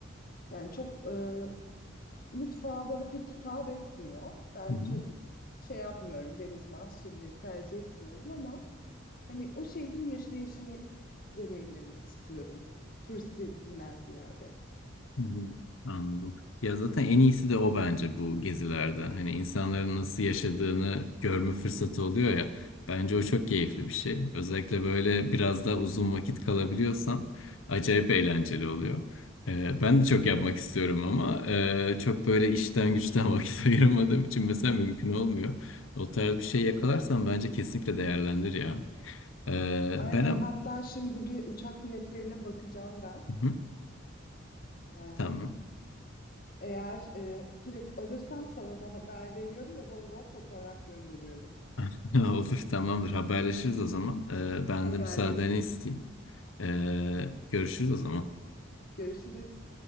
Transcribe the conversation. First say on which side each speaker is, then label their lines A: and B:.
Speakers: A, on the left; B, on the left.
A: Yani çok e, mutfağı bana pek hitap etmiyor. Ben
B: Hı hı.
A: çok şey yapmıyorum, deniz mahsulleri tercih etmiyorum ama Hani o şehrin yaşayışını deneyimlemek istiyorum. Turist gezisinden ziyade.
B: Hı hı. Anladım. Ya zaten en iyisi de o bence bu gezilerde. Hani insanların nasıl yaşadığını görme fırsatı oluyor ya. Bence o çok keyifli bir şey. Özellikle böyle biraz daha uzun vakit kalabiliyorsan acayip eğlenceli oluyor. Ee, ben de çok yapmak istiyorum ama e, çok böyle işten güçten <laughs> vakit ayıramadığım için mesela mümkün olmuyor. O tarz bir şey yakalarsan bence kesinlikle değerlendir ya. Ee,
A: Aynen
B: ben ama...
A: hatta şimdi bir uçak biletlerine bakacağım ben.
B: Hı hı,
A: Yani
B: tamam.
A: eğer e, direkt alırsam sana da haber veriyorum ve bol bol fotoğraf gönderiyorum.
B: <laughs> Olur tamamdır haberleşiriz o zaman. Ee, ben
A: Haberleşiriz.
B: de müsaadeni isteyeyim. Ee, görüşürüz o zaman.
A: Görüşürüz.